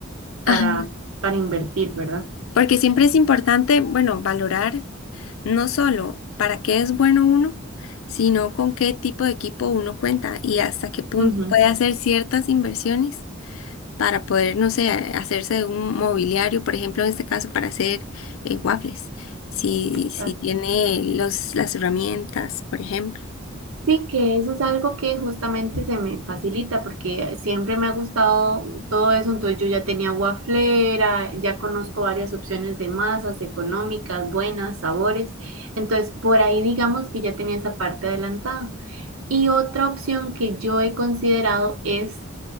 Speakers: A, on the right; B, on the left.
A: para,
B: Ajá.
A: para invertir, ¿verdad?
B: Porque siempre es importante, bueno, valorar no solo para qué es bueno uno, sino con qué tipo de equipo uno cuenta y hasta qué punto
A: Ujú,
B: puede hacer ciertas inversiones para poder, no sé, hacerse de un mobiliario, por ejemplo, en este caso para hacer eh, waffles, si,
A: exacto.
B: si tiene los, las herramientas, por ejemplo.
A: Sí, que eso es algo que justamente se me facilita porque siempre me ha gustado todo eso, entonces yo ya tenía waflera, ya conozco varias opciones de masas económicas, buenas, sabores, entonces por ahí digamos que ya tenía esa parte adelantada. Y otra opción que yo he considerado es